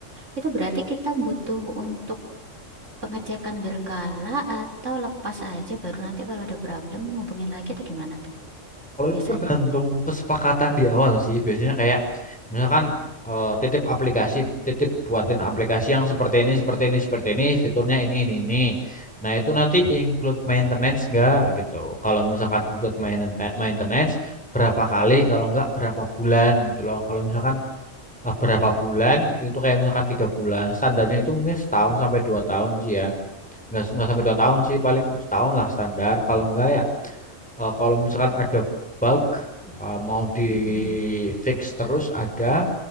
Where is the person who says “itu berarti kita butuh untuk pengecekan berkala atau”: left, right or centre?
Right